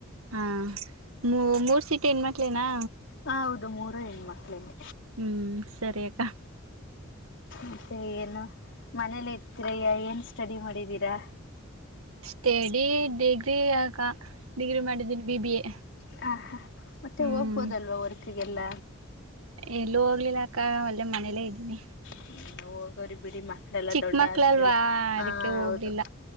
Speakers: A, on the right (about 80°); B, on the left (about 60°).
A: ಹಾ ಮೂ ಮೂರ್ ಸೀಟ್ ನ್್ಮಟ್ಲೇನಾ
B: ಹ ಹೌದು ಮೂರು ಹೆಣ್ಣು ಮಕ್ಳಿಂದ
A: ಹ್ಮ್ ಸರಿಕ್ಕಾ
B: ಮತ್ತೆ ಏನು ಮನೇಲಿ ಇತೀರಯ್ಯ ಏನ್ ಸ್ಟಡಿ ಮಾಡಿದೀರಾ
A: ಸ್ಟಡಿ ಡಿಗ್ರಿ ಯಕ ಡಿಗ್ರಿ ಮಾಡಿದೀನಿ ಬಿ ಬಿ ಎ
B: ಹ ಹಾ ಮತ್ತೆ
A: ಹ್ಮ್
B: ಹೋಗ್ಬೋದಲ್ವಾ ವರ್ಕ್ಗೆಲ್ಲ
A: ಎಲ್ಲೂ ಹೋಗ್ಲಿಲ್ಲ ಅಕ್ಕ ಒಳ್ಳೆ ಮನೇಲೆೇ ಇದ್ದೀನಿ
B: ಹ್ಮ ಹರಿ ಬಿಡಿ ಮ ಮಕ್ಳೆಲ್ಲ
A: ಚಿಕ್ಕ
B: ದೊಡ್ಡ
A: ಮಕ್ಳಲ್ವಾ
B: ಆದ್ಮೇಲೆ
A: ಅದಕ್ಕೆ
B: ಆ
A: ಹೋಗ್ಲಿಲ್ಲ
B: ಹೌದು